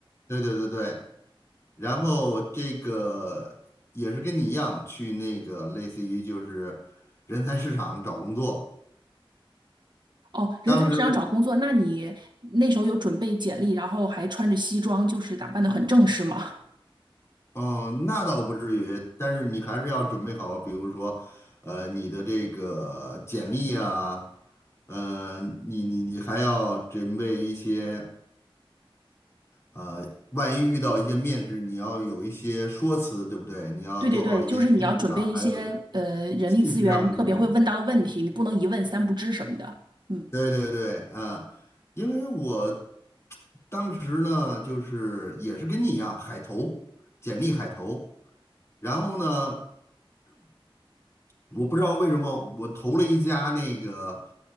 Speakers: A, on the left; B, on the right.
A: 对对对对，然后这个也是跟你一样去那个类似于就是人才市场找工作。
B: 哦，
A: 当时，
B: 人才市场找工作，那你那时候有准备简历，然后还穿着西装，就是打扮的很正式吗？
A: 嗯、那倒不至于，但是你还是要准备好，比如说，呃，你的这个简历啊，呃，你你你还要准备一些，呃，万一遇到一些面试，你要有一些说辞，对不对？
B: <laughs>
A: 你要做好一些心理上还有
B: 对对对，就是你要准备一些呃人力资源特别会问到的问题，
A: 信息上的准备。
B: 你不能一问三不知什么的。嗯，
A: 对对对，啊，因为我当时呢，就是也是跟你一样海投，简历海投，然后呢，我不知道为什么我投了一家那个，